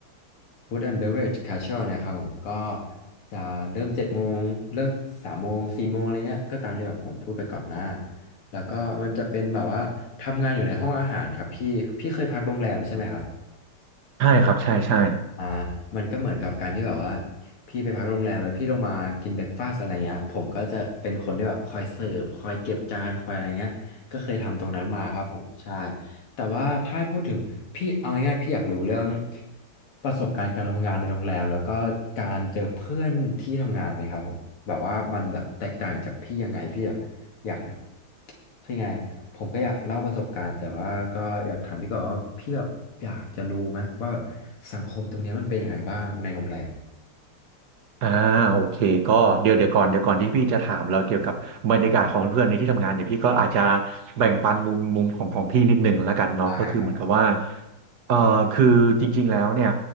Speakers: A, on the left (about 80°); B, on the right (about 55°).
A: Food and Beverage Casual เนี่ยครับผมก็จะเริ่มเจ็ดโมงเลิกสามโมงสี่โมงอะไรเงี้ยก็ตามที่แบบผมพูดไปก่อนหน้าแล้วก็มันจะเป็นแบบว่าทำงานอยู่ในห้องอาหารครับพี่พี่เคยพักโรงแรมใช่ไหมครับ
B: ใช่ครับใช่ใช่
A: อ่ามันก็เหมือนกับการที่แบบว่าพี่ไปพักโรงแรมแล้วพี่ลงมากินเบรกฟาสต์อะไรเงี้ยผมก็จะเป็นคนที่แบบคอยเสิร์ฟคอยเก็บจานคอยอะไรเงี้ยก็เคยทำตรงนั้นมาครับผมใช่แต่ว่าถ้าให้พูดถึงพี่เอาง่ายๆพี่อยากรู้เรื่องประสบการณ์การทำงานในโรงแรมแล้วก็การเจอเพื่อนที่ทำงานไหมครับผมแบบว่ามันแบบแตกต่างจากพี่ยังไงพี่อะอยาก คือยังไงอะผมก็อยากเล่าประสบการณ์แต่ว่าก็อยากถามพี่ก่อนว่าพี่แบบอยากจะรู้ไหมว่าแบบสังคมตรงเนี้ยมันเป็นยังไงบ้างในโรงแรม
B: อ่าโอเคก็เดี๋ยวเดี๋ยวก่อนเดี๋ยวก่อนที่พี่จะถามเราเกี่ยวกับบรรยากาศของเพื่อนในที่ทำงานเดี๋ยวพี่ก็อาจจะแบ่งปันมุมมุมของของพี่นิดหนึ่งแล้วกันเนาะก็คือเหมือนกับว่า
A: ได้ครับผม
B: เอ่อคือจริงๆแล้วเนี่ย